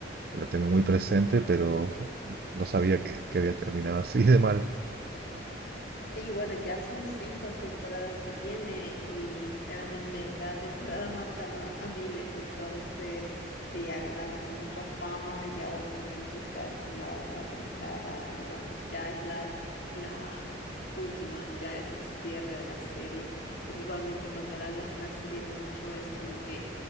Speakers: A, on the right; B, on the left.
A: La tengo muy presente, pero no sabía que, que había terminado así de mal.
B: Sí, bueno, ya son cinco temporadas que tiene y claramente en cada temporada <laughs> mata a miles, entonces sí, ha ganado mucha fama y ahora últimamente se ha estrenado la nueva temporada y vamos, ya es la, la última, ya es el cierre de la serie, porque igualmente cuando alargas una serie mucho es como que